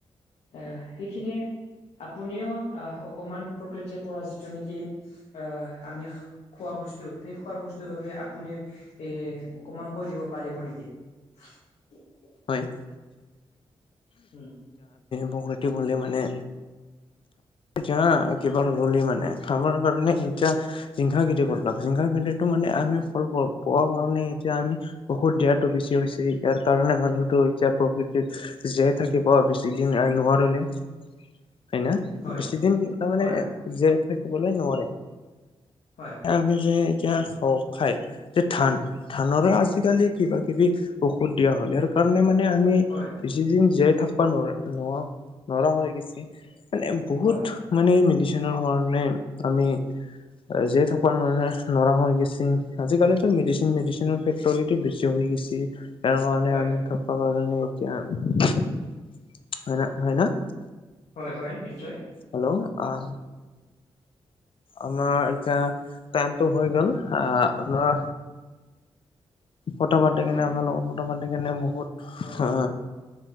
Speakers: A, on the left; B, on the left.
A: আহ সেইখিনিয়ে, আপুনিও আহ, অকমান প্ৰকৃতিৰ পৰা যিটো নেকি আহ, আমি খোৱা বস্তু সেই খোৱাৰ বস্তুৰ বাবে আপুনি এ অকমান কৈ দিব পাৰিব নেকি? <unintelligible>
B: হয়
A: উম
B: <inaudible> মানে য কিবা ৰুল মানে আমাৰ কাৰণে এতিয়া জিংসা খেতি কৰলাক জিংসা খেতিটো মানে আমি ফল পোৱা কাৰণে এতিয়া আমি ঔষধ দিয়াতটো বেছি হৈছে ইয়াৰ কাৰণে মান ো এতিয়া প্ৰকৃতিত জীয়াই থাকিব বেছি দিন নোৱাৰলে হয় ন
A: হয়
B: বেছি দিন তাৰমানে
A: হয় হয়
B: জীয়াই থাকিবলৈ নোৱাৰে
A: হয়
B: আি যে খ খাই যে ধান ধানৰে আজিকালি কিবা কিবি ঔষধ দিয়া হলে আৰু কাৰণে মানে আমি
A: হয়
B: বেছিদিন জীয়াই থাকিব নোৱাৰ নোৱাৰ নৰা হৈ গৈছে মানে বহুত
A: হয়
B: মানে মেডিচিনৰ কাৰণে আমি জে থকা ন নৰা হৈ গেছি আজিকালিো মেডিচিন মেডিচিনৰ ফেক্টৰ বেছি হৈ গেছ ইাৰ কাৰণে
A: হয়
B: আমি থপা কাৰণে এতিয়া হয় হয় ন
A: হয় হয় নিশ্চয়
B: হেল্ল' আহ আমাৰ
A: উম
B: এতিয়া টাইমটো হৈ গল আহ আপোনাৰ ফটো পাতি
A: হয়
B: কেনে আপোনাল লগোকৰ ফটো পাতি কেনে বহুত
A: হয়
B: হ